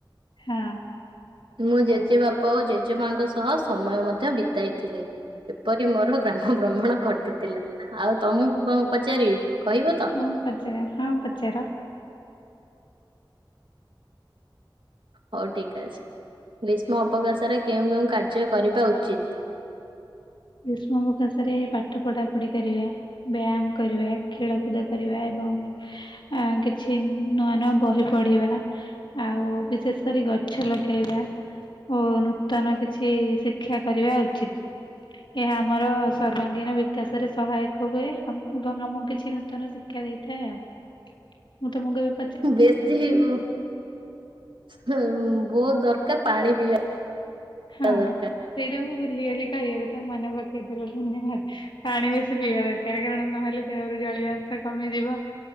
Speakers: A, on the left; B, on the right.
A: ହଁ।
B: ମୁଁ ଜେଜେ ବାପା ଓ ଜେଜେ ମାଙ୍କ ସହ ସମୟ ମଧ୍ୟ ବିତାଇଥିଲି। ଏପରି ମୋର ଗ୍ରାମ ବ୍ରହମଣ ଘଟିଥିଲା ଆଉ ତମକୁ କଣ ପଚାରିବି କହିବ ତ?
A: ହଁ ପଚାର ହଁ ପଚାର।
B: ହଉ ଠିକ ଅଛି ଗ୍ରୀଷ୍ମ ଅବକାଶରେ କେଉଁ କେଉଁ କାର୍ଯ୍ୟ କରିବା ଉଚିତ?
A: ଗ୍ରୀଷ୍ମ ଅବକାଶ ରେ ପାଠ ପଢାପଢି କରିବା। ବ୍ୟାୟାମ କରିବା ଖେଳକୁଦ କରିବା ଏବଂ ଅ କିଛି ନୂଆ ନୂଆ ବହି ପଢିବା ଆଉ ବିଶେଷ କରି ଗଛ ଗଛ ଲଗେଇବା ଓ ନୂତନ କିଛି ଶିକ୍ଷା କରିବା ଉଚିତ୍। ଏହା ଆମର ସର୍ବାଙ୍ଗୀନ ବିକାଶରେ ସହାୟକ ହୁଏ ଏବଂ ଆମ କିଛି ନୂତନ ଶିକ୍ଷ ଶିକ୍ଷା ଦେଇଥାଏ ଆଉ ମୁଁ ତମକୁ ଅବ୍
B: ବେଶୀ ହେଇବ। ବହୁତ ଦରକାର ପାଣି ପିଇବା ପିବା
A: ହଁ
B: ଦରକାର।
A: ସେଇଟା ମୁଁ ଭୁଲିଗଲି କହିବାକୁ ତମେ ମନେ ପକେଇଦେଲ। ଧନ୍ୟବାଦ ପାଣି ବେଶୀ ପିଇବା ଦରକାର କାରଣ ନହେଲେ ଦେହରୁ ଜଳୀୟ କମିଯିବ